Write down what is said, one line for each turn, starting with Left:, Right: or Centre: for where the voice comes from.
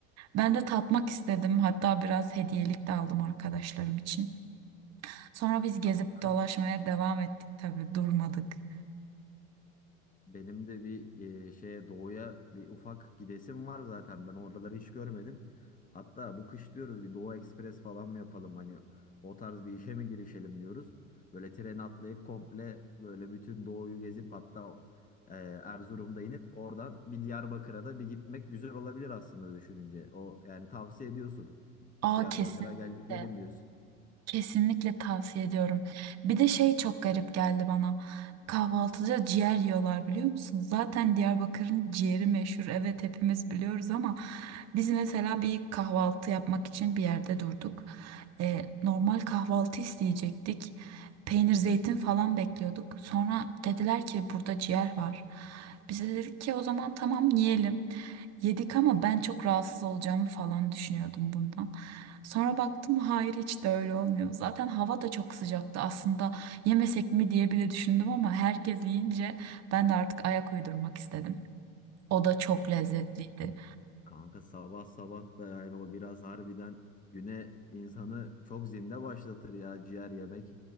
Right: Ben de tatmak istedim. Hatta biraz hediyelik de aldım arkadaşlarım için. Sonra biz gezip
Left: Kanka
Right: dolaşmaya devam ettik tabii durmadık.
Left: Benim de bir e, şeye doğuya bir ufak gidesim var zaten. Ben oraları hiç görmedim. Hatta bu kış diyoruz bir Doğu Ekspres falan mı yapalım? Hani o tarz bir işe mi girişelim diyoruz. Böyle treni atlayıp komple böyle bütün doğuyu gezip hatta e, Erzurum'da inip oradan bir Diyarbakır'a da bir gitmek güzel olabilir aslında düşününce. O yani tavsiye ediyorsun.
Right: Aa
Left: Diyarbakır'a
Right: kesinlikle.
Left: gel, gelin diyorsun.
Right: Kesinlikle tavsiye ediyorum. Bir de şey çok garip geldi bana. Kahvaltıda ciğer yiyorlar biliyor musun? Zaten Diyarbakır'ın ciğeri meşhur. Evet hepimiz biliyoruz ama biz mesela bir kahvaltı yapmak için bir yerde durduk. Ee, normal kahvaltı isteyecektik. Peynir, zeytin falan bekliyorduk. Sonra dediler ki burada ciğer var. Bize dedik ki o zaman tamam yiyelim. Yedik ama ben çok rahatsız olacağımı falan düşünüyordum bundan. Sonra baktım hayır hiç de öyle olmuyor. Zaten hava da çok sıcaktı aslında yemesek mi diye bile düşündüm ama herkes yiyince ben de artık ayak uydurmak istedim. O da çok lezzetliydi.
Left: Kanka sabah sabah da yani o biraz harbiden güne insanı çok zinde başlatır ya ciğer yemek.